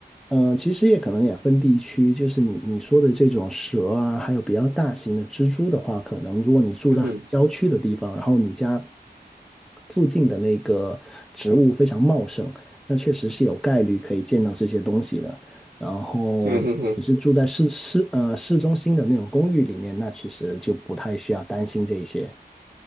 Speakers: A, in the centre; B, on the right (about 65°).
A: 嗯，呃其实也可能也分地区，就是你你说的这种蛇啊，还有比较大型的蜘蛛的话，可能如果你住在很郊区的地方，
B: 嗯哼，
A: 然后你家附近的那个植物非常茂盛，那确实是有概率可以见到这些东西的。然后你是住在市市呃市中心的那种公寓里面，
B: 嗯哼哼，
A: 那其实就不太需要担心这一些。